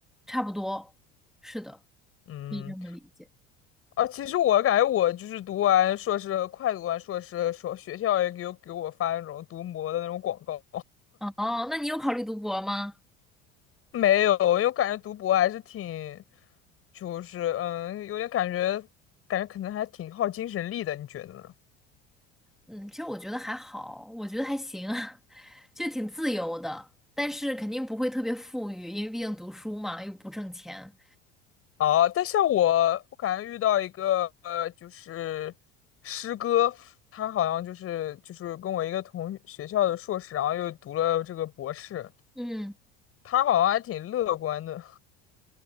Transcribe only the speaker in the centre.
差不多，是的，
可以这么理解。
哦，那你有考虑读博吗？
嗯，其实我觉得还好，我觉得还行，<laughs> 就挺自由的，但是肯定不会特别富裕，因为毕竟读书嘛，又不挣钱。
嗯，